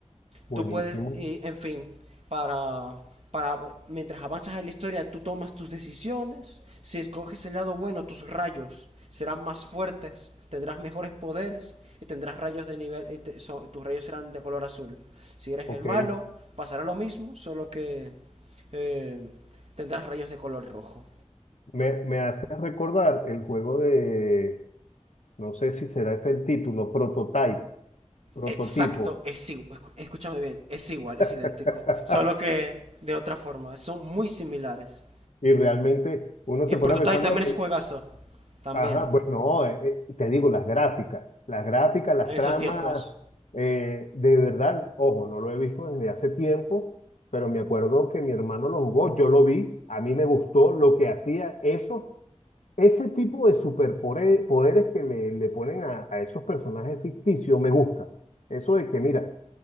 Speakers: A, on the left; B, on the right.
A: buenísimo.
B: Tú puedes, eh, en fin, para, para mientras avanzas en la historia, tú tomas tus decisiones. Si escoges el lado bueno, tus rayos serán más fuertes, tendrás mejores poderes y tendrás rayos de nivel, y te- so- tus rayos serán de color azul. Si eres
A: Ok,
B: el malo, pasará lo mismo, solo que eh, tendrás rayos de color rojo.
A: me, me hace recordar el juego de, no sé si será ese el título, Prototype, prototipo.
B: Exacto, es igual, escúchame bien, es igual, es idéntico,
A: <laughs>
B: solo que de otra forma, son muy similares.
A: Y realmente uno
B: Y
A: se
B: Prototype
A: pone a pensar,
B: también
A: no, que,
B: es juegazo. También.
A: ajá, bueno, eh, eh, te digo, las gráficas, las gráficas, las
B: En esos
A: tramas,
B: tiempos.
A: eh, de verdad, ojo, no lo he visto desde hace tiempo, pero me acuerdo que mi hermano lo jugó, yo lo vi, a mí me gustó lo que hacía eso, ese tipo de superpoderes que le, le ponen a, a esos personajes ficticios, me gusta. Eso de que, mira,